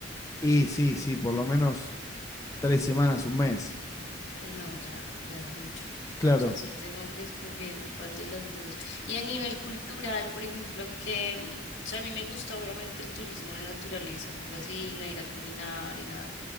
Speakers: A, on the left; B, on the left.
A: y sí, sí, por lo menos tres semanas, un mes.
B: No, ya, ya es mucho.
A: Claro.
B: O sea, sí tengo que escoger en cuál de las dos. Y a nivel cultural, por ejemplo, que, mm, o sea, a mí me gusta obviamente el turismo de naturaleza, me fascina ir a caminar, ir a,